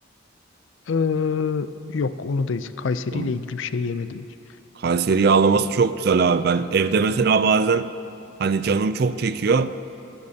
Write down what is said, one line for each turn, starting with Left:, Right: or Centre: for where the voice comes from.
Left: Ee, yok onu da hiç Kayseri
Right: Oğlum,
Left: ile ilgili bir şey yemedim hiç.
Right: Kayseri yağlaması çok güzel abi. Ben evde mesela bazen hani canım çok çekiyor.